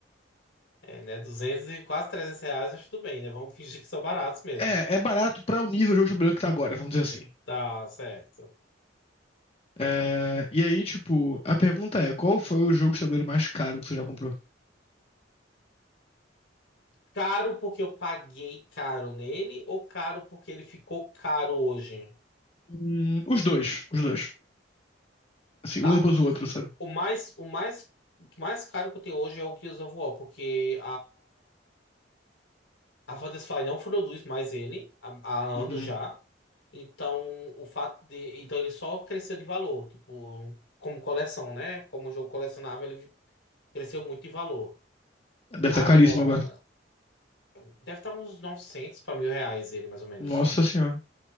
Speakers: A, on the left; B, on the left.
A: É, né, Duzentos e quase 300 reais, mas tudo bem, né? Vamos fingir que são baratos mesmo.
B: É, é barato pra o nível de jogo de tabuleiro que tá agora, vamos dizer assim.
A: Tá certo.
B: É, e aí, tipo, a pergunta é: qual foi o jogo de tabuleiro mais caro que você já comprou?
A: Caro porque eu paguei caro nele ou caro porque ele ficou caro hoje?
B: Hum, os dois, os dois. Assim,
A: Tá.
B: um depois do outro,
A: c-
B: sabe?
A: O mais, o mais, o mais caro que eu tenho hoje é o Gears of War, porque A Firefly não produz mais ele há, há anos
B: Uhum.
A: já. Então, o fato de. Então, ele só cresceu de valor, tipo, como coleção, né? Como jogo colecionável, ele cresceu muito de valor.
B: Deve estar
A: Agora,
B: caríssimo agora.
A: deve estar uns 900 para mil reais ele, mais ou menos.
B: Nossa senhora.